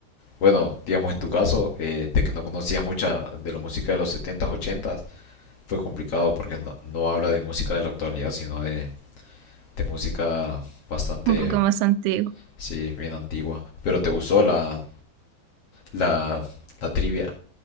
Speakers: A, on the left; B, on the right.
A: Bueno, digamos en tu caso, eh, de que no conocías mucha de la música de los setentas ochentas fue complicado porque no, no habla de música de la actualidad, sino de, de música bastante,
B: Un poco más antiguo.
A: sí, bien antigua. Pero te gustó la, la, la trivia.